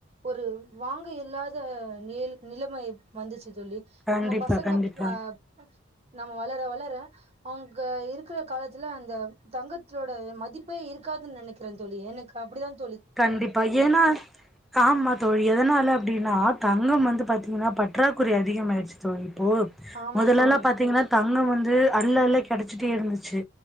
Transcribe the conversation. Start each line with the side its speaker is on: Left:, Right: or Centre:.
Right: ஒரு வாங்க இயலாத நி நிலைமை வந்துச்சு சொல்லி
Centre: கண்டிப்பா
Right: நம்ம பசங்க
Centre: கண்டிப்பா
Right: ஆ நம்ம வளர வளர அவங்க இருக்கிற காலத்துல அந்த தங்கத்தோட மதிப்பே இருக்காதுன்னு நெனைக்கிறேன் தோளி எனக்கு அப்பிடித்தான்
Centre: கண்டிப்பா ஏன்னா ஆமா தோழி எதனால அப்பிடின்னா தங்கம் வந்து பாத்தீங்கன்னா பற்றாக்குறை அதிகம் ஆயிடுச்சு தோழி போ
Right: ஆமா
Centre: முதலல்லா
Right: தோழி
Centre: பாத்தீங்கன்னா தங்கம் வந்து அல்ல அல்ல கெடச்சிட்டே இருந்து ச்சு